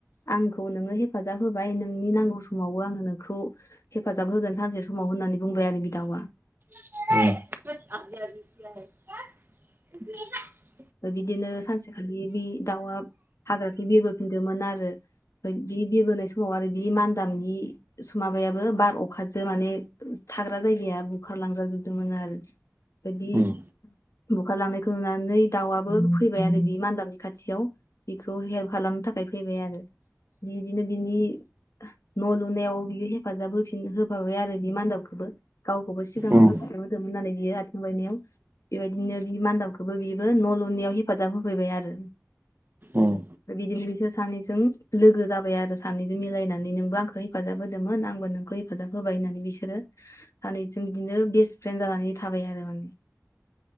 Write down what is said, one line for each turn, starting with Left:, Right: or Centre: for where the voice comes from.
Left: आंखौ नोङो हेफाजाब होबाय नोंनि नांगौ समावबो आङो नोंखौ हेफाजाब होगोन सानसे समाव होननानै बुंबाय आरो बि दावआ
Right: <unintelligible>
Left: बिदिनो सानसेखालि बे दाउआ हाग्राखै बिरबोफिनदोंमोन आरो ओ बि बिरबोनाय समाव आरो बि मान्दाबनि माबायाबो बार अखाजों माने थाग्रा जायगाया बुखारलांजाजोबदोंमोन आरो आमफाय बि
Right: उम
Left: बुखार लांनायखौ नुनानै दाउआबो फैबाय आरो बि मान्दाबनि खाथियाव बेखौ हेल्प खालामनो थाखाय फैबाय आरो बिदिनो बिनि न' लुनायाव बियो हेफाजाब होफिन होफाबाय आरो बे मान्दाबखौबो गावखौबो सिगाङावनो
Right: उम
Left: हेफाजाब होदोंमोन नालाय बियो आथिं बायनायाव बेबायदिनो बि मान्दाबखौबो बियो बो न' लुनायाव हेफाजाब होफैबाय आरो आमफाय
Right: उम
Left: बिदिनो बि सोर सानैजों लोगो जाबाय आरो सानैजों मिलायनानै नोंबो आंखौ हेफाजाब होदोंमोन आंबो नोंखौ हेफाजाब होबाय होननानै बिसोरो सानै जों बिदिनो बेस्ट फ्रेन्ड जानानै थाबाय आरो माने